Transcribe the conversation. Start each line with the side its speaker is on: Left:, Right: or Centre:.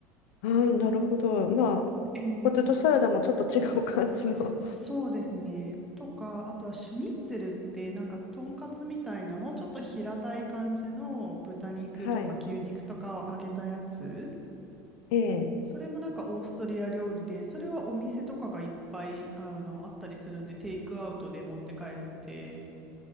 Left: ああ、なるほど。まあ、
Centre: ええ
Left: ポテトサラダもちょっと違う感じの。
Centre: そうですね。とか、あとはシュニッツェルってなんかとんかつみたいな、もうちょっと平たい感じの豚肉とか牛肉とかを揚げたやつ。
Left: <laughs> はい。ええ、
Centre: それもなんかオーストリア料理で、それはお店とかがいっぱいあの、あったりするんで、テイクアウトで持って帰って